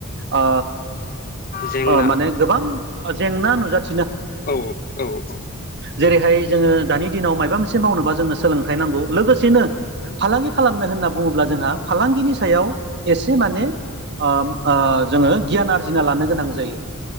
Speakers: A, on the right; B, on the left.
A: ओ
B: जेंना
A: अ माने गोबां जेंना नुजाथ
B: औ औ औ
A: जेरैहाय जोङो दानि दिनाव मायबा मोनसे मावनोबा जोंनो सोलोंथाइ नांगौ लोगोसेनो फालांगि खालामनो होनना बुङोब्ला जोंहा फालांगिनि सायाव एसे माने अब ओ जोङो गियान आरजिना लानो गोनां जायो।